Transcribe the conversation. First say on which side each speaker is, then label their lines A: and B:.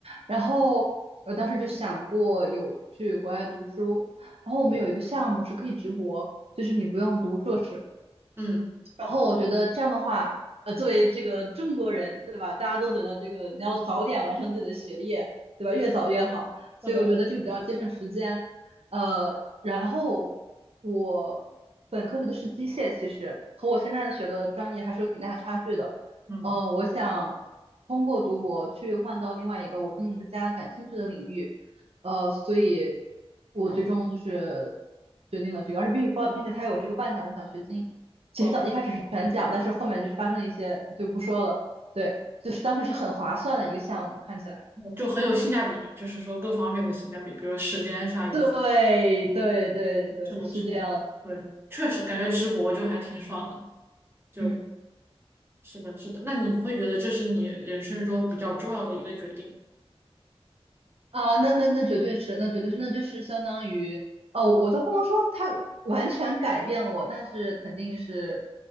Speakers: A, on the right (about 70°); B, on the right (about 20°).
A: 然后我当时就想过有去国外读书，然后我们有一个项目是可以直博，就是你不用读硕士，
B: 嗯
A: 然后我觉得这样的话，呃，作为这个中国人，对吧？大家都觉得这个你要早点完成自己的学业，对吧？越早越好。所以我觉得这个比较节省时间。
B: 是的，
A: 呃，然后我本科学的是机械，其实和我现在的学的专业还是有挺大差距的。
B: 嗯，
A: 呃，我想通过读博去换到另外一个我更加感兴趣的领域。呃，所以我最终就是决定了这个，而且并并并且它有这个半奖的奖学金。其实到一开始是全奖，
B: 哦，
A: 但是后面就是发生了一些就不说了。对，就是当时是很划算的一个项目，看起来。
B: 就很有性价比，就是说各方面的性价比，比如说时间上以及
A: 对对对对，
B: 是的，
A: 是这样的
B: 是的，对，确实感觉直博就还挺爽的，就
A: 嗯
B: 是的，是的。那你会觉得这是你人生中比较重要的一个决定吗
A: 啊，那那那绝对是，那绝对是，那就是相当于哦，我我都不能说它完全改变了我，但是肯定是，